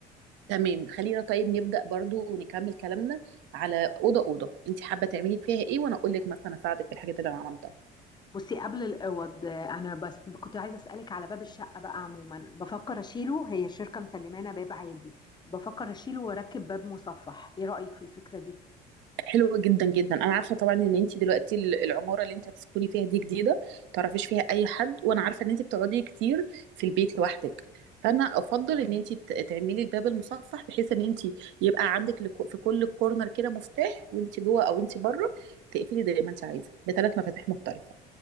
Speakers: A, on the right; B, on the left.
A: تمام خلينا طيب نبدأ برضو ونكمل كلامنا على أوضة أوضة انت حابة تعملي فيها ايه وانا اقول لك مثلا اساعدك في الحاجات اللي انا عملتها
B: بصي قبل الاوض آه، انا بس كنت عايزه اسالك على باب الشقه بقى عموما بفكر اشيله هي الشركه مسلمانا باب عادي بفكر اشيله واركب باب مصفح ايه رايك في الفكره دي
A: حلوة جدا جدا انا عارفة طبعا ان انت دلوقتي ال- العمارة اللي انت هتسكني فيها دي جديدة تعرفيش فيها اي حد وانا عارفة ان انت بتقعدي كتير في البيت لوحدك فانا افضل ان انت ت- تعملي الباب المصفح بحيث ان انت يبقى عندك لك- في كل كورنر كده مفتاح وانت جوه او انت بره تقفلي زي ما انت عايزة بثلاث مفاتيح مختلفة